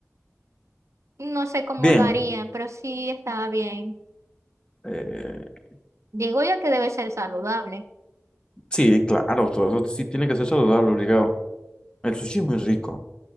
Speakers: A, on the right (about 65°); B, on the left (about 15°).
A: no sé cómo
B: Bien.
A: lo harían, pero sí estaba bien.
B: eh,
A: Digo yo que debe ser saludable.
B: sí, claro, todo eso sí tiene que ser saludable, obligado. El sushi es muy rico.